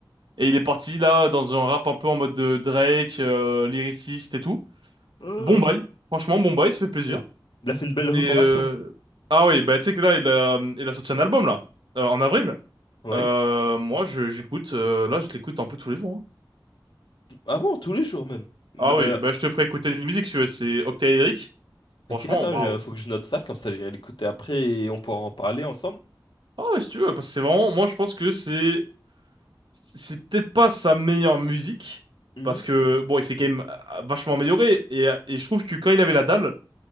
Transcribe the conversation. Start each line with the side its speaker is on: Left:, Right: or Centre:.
Right: Et il est parti là dans un rap un peu en mode de Drake, euh, lyriciste et tout.
Left: Ah,
Right: Bon bail, franchement bon bail, ça fait plaisir.
Left: ok. Il a fait une belle reconversion.
Right: Et euh, ah oui, bah tu sais que là il a il a sorti un album là euh, en avril.
Left: Oui.
Right: Euh, moi je j'écoute euh, là je l'écoute un peu tous les jours. hein.
Left: Ah bon, tous les jours même.
Right: Ah oui,
Left: Euh,
Right: bah je te ferai écouter une musique si tu veux, c'est Octaédrique. Franchement
Left: ok, attends,
Right: waouh.
Left: je- faut que je note ça, comme ça j'irai l'écouter après et on pourra en parler ensemble.
Right: Ah ouais, si tu veux parce que c'est vraiment moi je pense que c'est c'est peut-être pas sa meilleure musique
Left: Mhm.
Right: parce que bon il s'est quand même euh, vachement amélioré et et je trouve que quand il avait la dalle,